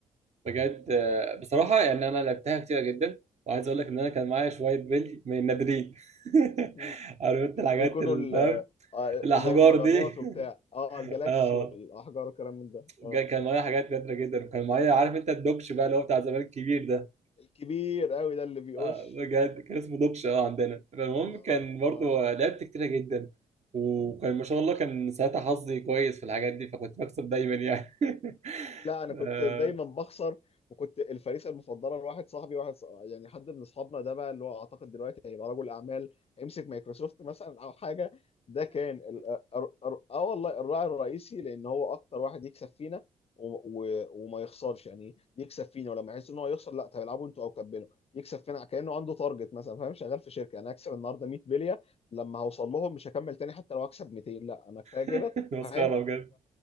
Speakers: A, on the right; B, on the left.
A: بجد آه، بصراحه يعني انا لعبتها كتير جدا وعايز اقول لك ان انا كان معايا شويه بلي من النادرين <laughs>
B: م-
A: عرفت
B: اللي
A: الحاجات
B: هم بيكونوا بيكونوا
A: اللي
B: ال-
A: فاهم
B: آه،
A: الاحجار
B: زي المجرات
A: دي
B: وبتاع
A: <laughs>
B: اه الجالاكسي
A: اه
B: والاحجار والكلام من ده
A: جا-
B: اه
A: كان معايا حاجات نادره جدا وكان معايا عارف انت الدوكش بقى اللي هو بتاع زمان الكبير ده
B: الكبير قوي ده اللي بيقش
A: آه، بجد كان اسمه دوكش اه عندنا فالمهم
B: اه
A: كان برضه
B: اه
A: لعبت كتيره جدا وكان ما شاء الله كان ساعتها حظي كويس في الحاجات دي فكنت بكسب دايما يعني <laughs>
B: لا انا كنت
A: آه،
B: دايما بخسر وكنت الفريسه المفضله لواحد صاحبي واحد ص- يعني حد من اصحابنا ده بقى اللي هو اعتقد دلوقتي هيبقى رجل اعمال هيمسك مايكروسوفت مثلا او حاجه ده كان ال- ار- ار- اه والله الراعي الرئيسي لان هو اكتر واحد يكسب فينا و- و- وما يخسرش يعني يكسب فينا ولما يحس ان هو يخسر لا طب العبوا انتوا او كبلوا يكسب فينا كانه عنده تارجت مثلا فاهم شغال في شركه انا هكسب النهارده 100 بليه لما هوصل لهم مش هكمل تاني حتى لو هكسب 200 لا انا كفايه كده
A: <laughs> مسخره
B: فاهم
A: بجد